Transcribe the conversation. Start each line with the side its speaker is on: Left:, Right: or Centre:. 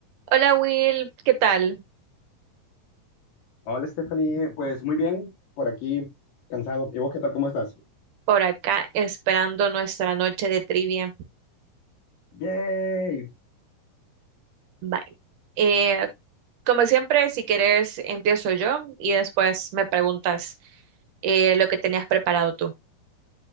Right: Hola Will, ¿qué tal?
Left: Hola Stephanie, pues muy bien, por aquí cansado. ¿Y vos qué tal? ¿Cómo estás?
Right: Por acá esperando nuestra noche de trivia.
Left: ¡Yay!
Right: Bye. Eh, como siempre, si quieres, empiezo yo y después me preguntas eh, lo que tenías preparado tú.